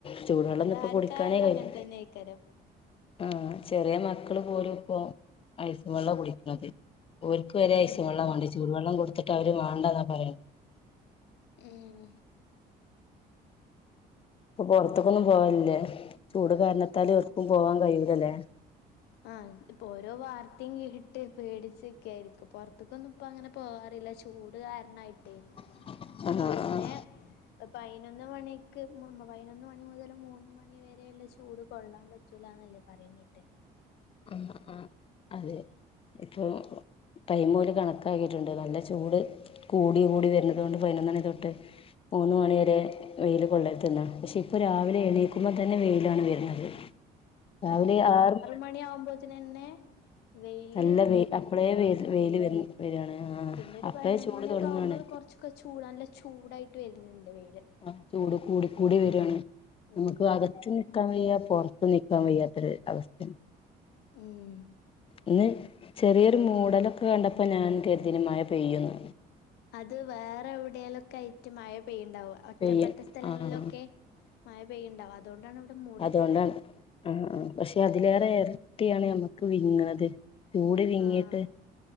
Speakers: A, on the left; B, on the left.
A: ചൂടുവെള്ളംന്നുംഇപ്പൊകുടിക്കാനേ
B: അതാർക്കായാലും
A: കയ്യൂല
B: അങ്ങനെ തന്നെയ്ക്കാരം
A: ആഹ ചെറിയമക്കള്പോലുംപ്പോ ഐസുംവെള്ളകുടിക്കണത് ഓൽക്ക് ക്ക് വരെ ഐസുംവള്ളവാണ്ടിയെ
B: ഉം
A: ചൂട് വള്ളംകൊട്ത്ത്ട്ട് അവര് വാണ്ടാന്നാപറയ
B: ഉം
A: ഇപ്പൊ പൊറെത്ത്ക്കൊന്നുംപോവൽല്ലേ ചൂട്കാര്ണത്താല് എട്ക്കുംപോവാൻ കഴിയൂലലേ
B: ആഹ ഇപ്പോരോ വാർത്തിംകേട്ടിട്ട് പേടിച്ച്ക്ക്ക്കേയ്ര്ക്കും പൊറ്ത്ത്ക്കൊന്നുംപ്പങ്ങനെ പോവാറില്ല ചൂട്കാരണായ്ട്ടേ
A: <inaudible> ആഹ്
B: പിന്നെ പയിനൊന്ന്മണിക്ക് പയിനൊന്ന്മണിമുതല് മൂന്ന്മണിവെരെള്ള ചൂട്കൊള്ളാൻപ റ്റുലാന്നല്ലെ പറിണേട്ടഹ്
A: ആഹ ആഹ അതെ ഇപ്പൊ ടൈംമോല് കണക്കാക്കിയ്ട്ട്ണ്ട് നല്ലചൂട് കൂടികൂടി വെര്ണതോണ്ട് പയിനൊന്നണിതൊട്ട് മൂന്ന്മണിവെരെവെയില് കൊള്ളര്ത്ന്നാ പഷെ ഇപ്പരാവിലെ എണീക്കുമ്പോതന്നെ വെയിലാണ് വര്ന്നത് രാവിലെആറ്
B: മണിയാവുമ്പോത്തിന്നെന്നെ വെയ്ല്
A: നല്ല വെ അപ്പളേ
B: നല്ലവെയ്ലാ
A: വെ വെയില് വ വരാണ് ആ
B: പിന്നൊരു
A: അപ്പഴേ
B: പയിനൊന്ന്മണിയക്കാവുമ്പോ
A: ചൂട് തുടങ്ങാണ്
B: കൊറ്ച്ച് ഒക്കെചൂടാണല്ലചൂടായ്ട്ട് വര്ണ് ണ്ട് വെയ്ല്
A: ആഹ ചൂട്കൂടികൂടിവെരാണ് നമുക്ക്അകത്തും
B: ഉം
A: ക്കാൻവെയ്യാ പൊറത്തും നിക്കാൻവയ്യാത്തൊര് അവസ്ഥെ
B: ഉം
A: ഇന്ന് ചെറിയൊരുമൂടലൊക്കെ കണ്ടപ്പോഞാനുംകരുതീനി മഴപെയ്യുന്ന്
B: അത് വേറെഎവ്ടെലൊക്കയ്റ്റ് മഴ പെയ്യ്ണ്ടാവാ ഒറ്റപ്പെട്ട
A: പെയ്യ
B: സ്ഥലങ്ങളിലൊക്കെ
A: ആഹ്
B: മഴപെയ്യ്ണ്ടാവും അതോണ്ടാണ് ഇവിടെമൂ
A: അതൊണ്ടാണ് ആഹ ആഹ പഷെ അതിലേറെ എര്ട്ടിയാണ് യമ്മക്ക് വിങ്ങ്ണത് ചൂട് വിങ്ങീട്ട്
B: ആഹ്